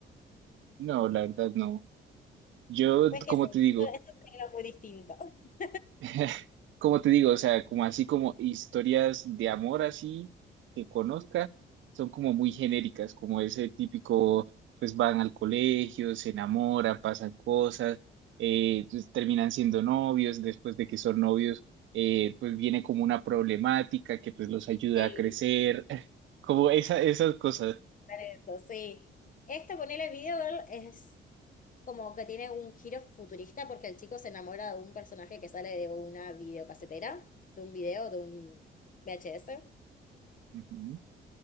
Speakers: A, on the right (about 75°); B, on the left (about 40°).
A: No, la verdad no. Yo,
B: Pues que
A: como
B: sí,
A: te digo,
B: esto esto es un género muy distinto. <laughs>
A: <laughs> Como te digo, o sea, como así como historias de amor así que conozca, son como muy genéricas, como ese típico, pues van al colegio, se enamoran, pasan cosas, eh, pues, terminan siendo novios, después de que son novios, eh, pues viene como una problemática que pues los ayuda
B: Sí,
A: a crecer, <laughs> como esa, esas cosas.
B: por eso, sí. Este, ponele Video Girl, es como que tiene un giro futurista porque el chico se enamora de un personaje que sale de una videocasetera, de un video, de un VHS,
A: Ujú.